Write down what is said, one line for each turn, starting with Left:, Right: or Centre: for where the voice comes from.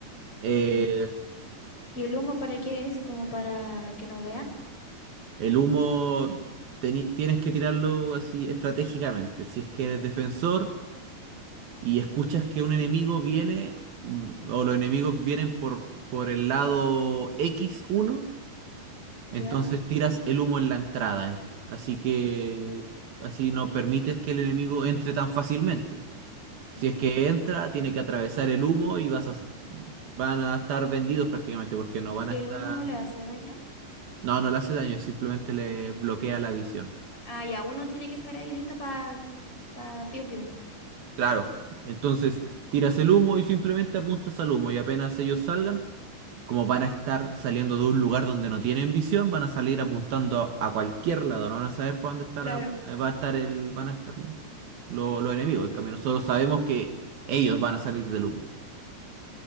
Right: Eh,
Left: Ya. ¿Y el humo para qué es? ¿Como para que no vean?
Right: el humo teni- tienes que tirarlo así estratégicamente. Si es que eres
Left: Ujú.
Right: defensor y escuchas que un enemigo viene mm, o los enemigos vienen por, por el lado x uno
Left: ¿Ya?
Right: entonces tiras el humo en la entrada. Así que así no permites que el enemigo entre tan fácilmente.
Left: Mm.
Right: Si es que entra, tiene que atravesar el humo y vas a, van a estar vendidos prácticamente porque no van
Left: ¿Y
Right: a estar...
Left: el humo no le hace daño?
Right: No, no le hace daño, simplemente le bloquea la visión.
Left: Ah, ya, uno tiene que estar ahí listo para pa pa piu piu.
Right: Claro. Entonces,
Left: Ujú.
Right: tiras el humo y simplemente apuntas al humo y apenas ellos salgan, como van a estar saliendo de un lugar donde no tienen visión, van a salir apuntando a, a cualquier lado, no van a saber para dónde estar,
Left: Claro.
Right: eh, va a estar el, van a estar lo- los enemigos. En
Left: Ahí
Right: cambio,
Left: va.
Right: nosotros sabemos que ellos van a salir del humo.